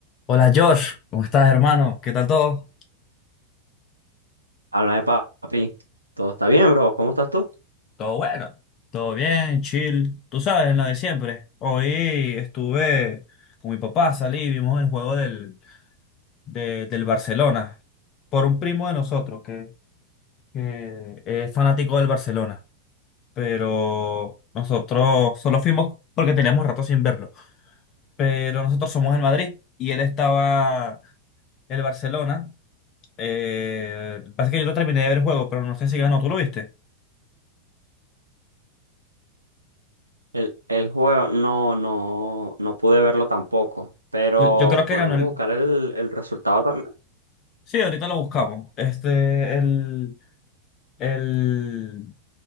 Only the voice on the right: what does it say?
Háblame, papi. ¿Todo está bien, bro? ¿Cómo estás tú?
El, el juego no, no, no pude verlo tampoco, pero
podemos
buscar el, el resultado también.